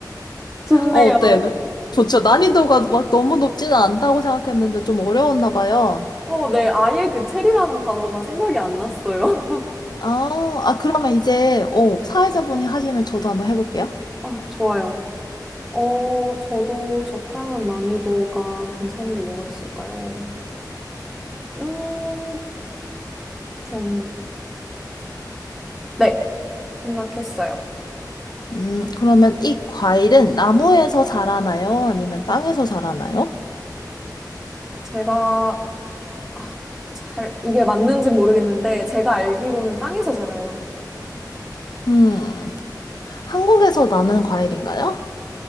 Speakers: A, in the centre; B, on the left (about 70°).
A: 좋네요.
B: 어, 어때? 좋죠. 난이도가 막 너무 높지는 않다고 생각했는데 좀 어려웠나 봐요.
A: 어, 네. 아예 그 체리라는 단어가 생각이 안 났어요.
B: 아, 아, 그러면 이제 어, 사회자분이 하시면 저도 한번 해볼게요.
A: <laughs> 아, 좋아요. 어, 저도 적당한 난이도가 괜찮은 게 뭐가 있을까요? 음, 전, 네. 생각했어요.
B: 음, 그러면 이 과일은 나무에서 자라나요? 아니면 땅에서 자라나요?
A: 제가, 아, 잘, 이게 맞는지 모르겠는데, 제가 알기로는 땅에서 자라요.
B: 음, 한국에서 나는 과일인가요?